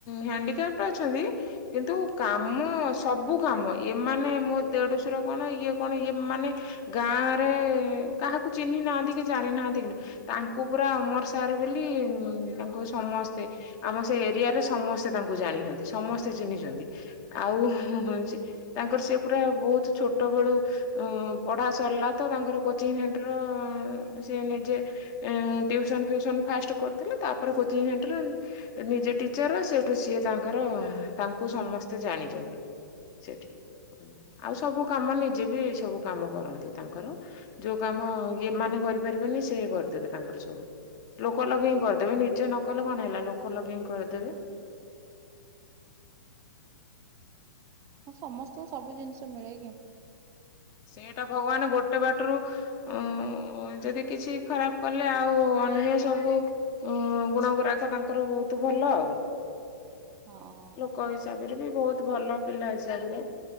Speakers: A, on the left (about 35°); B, on the right (about 25°).
A: ହ୍ୟାଣ୍ଡିକାପ୍ଟ ଅଛନ୍ତି କିନ୍ତୁ କାମ ସବୁ କାମ ଏ ମାନେ ମୋ ଦେଡୁଶର କଣ ଇଏ କଣ ଇଏ ମାନେ ଗାଁ ରେ କାହାକୁ ଚିହ୍ନି ନାହାନ୍ତି କି ଜାଣି ନାହାଁନ୍ତି କି ନା ତାଙ୍କୁ ପୁରା ଅମର ସାର୍ ବୋଲି, ତାଙ୍କୁ ସମସ୍ତ ସେ ଆମ ସେ ଏରିଆ ରେ ସମସ୍ତେ ତାଙ୍କୁ ଜାଣିଛନ୍ତି। ସମସ୍ତେ ଚିହ୍ନିଛନ୍ତି। ଆଉ ହଉଛି, ତାଙ୍କର ସେ ପୁରା ବହୁତ ଛୋଟ ବେଳୁ ପଢା ସରିଲା ତ ତାଙ୍କର କୋଚିଂ ସେଣ୍ଟର, ସେ ନିଜେ ଟ୍ୟୁସନ ଫିସନ ଫାଷ୍ଟ କରିଥିଲେ, ତାପରେ କୋଚ ନିଜେ ଟିଚର, ସେଠୁ ସିଏ ତାଙ୍କର ତାଙ୍କୁ ସମସ୍ତେ ଜାଣିଛନ୍ତି। ସେଠି। ଆଉ ସବୁ କାମ ନିଜେ ବି ସବୁ କାମ କରନ୍ତି ତାଙ୍କର। ଯୋଉ କାମ ଇଏ ମାନେ କରିପାରିବେନି ସେଏ କରିଦେବେ ତାଙ୍କର ସବୁ। ଲୋକ ଲଗେଇ ହିଁ କରିଦେବେ। ନିଜେ ନ କଲେ କଣ ହେଲା ଲୋକ ଲଗେଇ ହିଁ କରିଦେବେ।
B: ହଁ ସମସ୍ତଙ୍କୁ ସବୁ ଜିନିଷ ମିଳେକି?
A: ସେଇଟା ଭଗବାନ ଗୋଟେ ବାଟରୁ ଓ ଯଦି କିଛି ଖରାପ କଲେ, ଆଉ ଅନ୍ୟ ସବୁ ହଁ ଗୁଣ ଗୁରାକ ତାଙ୍କର ବହୁତ ଭଲ ଆଉ।
B: ହଁ
A: ଲୋକ ହିସାବରେ ବି ବହୁତ ଭଲ ପିଲା ହିସାବରେ।